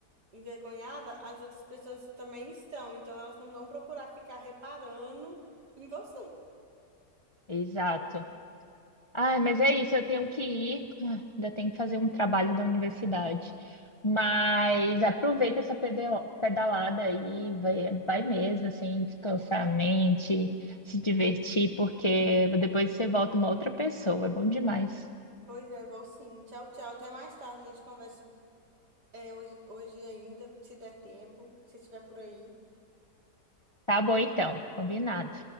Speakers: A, on the right; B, on the left.
A: envergonhada, as outras pessoas também estão, então elas não vão procurar ficar reparando em você.
B: Exato. Ai, mas é isso, eu tenho que ir. Ah, Ainda tenho que fazer um trabalho da universidade. Mas aproveita essa pede- pedalada aí, vai, vai mesmo, assim, descansar a mente, se divertir, porque depois você volta uma outra pessoa. É bom demais.
A: Pois é, vou sim. Tchau, tchau. Até mais tarde. A gente conversa é, hoje, hoje ainda, se der tempo, se estiver por aí.
B: Tá bom, então, combinado.